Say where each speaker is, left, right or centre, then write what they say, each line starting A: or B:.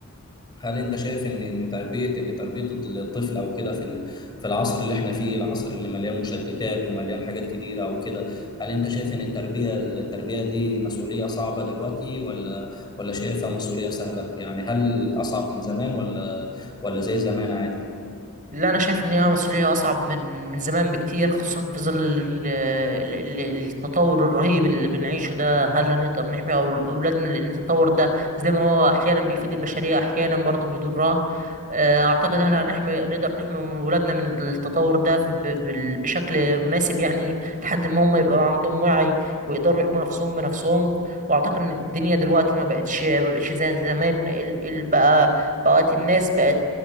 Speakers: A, on the left; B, on the right.
A: هل انت شايف ان ان تربيه ان تربيه الطفل او كده في ال- في العصر اللي احنا فيه العصر اللي مليان مشتتات ومليان حاجات كتيره او كده هل انت شايف ان التربيه التربيه دي مسؤوليه صعبه دلوقتي ولا ولا شايفها مسؤوليه سهله يعني هل اصعب من زمان ولا ولا زي زمان عادي
B: لا انا شايف ان هي مسؤوليه اصعب من من زمان بكتير خصوصا في ظل ال- ال- ال- التطور الرهيب اللي بنعيشه ده هل هنقدر نحمي أول- اولادنا لان التطور ده زي ما هو احيانا بيفيد البشريه احيانا برضه بيضرها آه، اعتقد هل هنحمي نقدر نحمي من اولادنا من التطور ده في- ب- بال- بشكل مناسب يعني لحد ما هم يبقوا عندهم وعي ويقدروا يحموا نفسهم بنفسهم واعتقد ان الدنيا دلوقتي ما بقتش ما بقتش زي زمان ال- ال- بقى بقت الناس بقت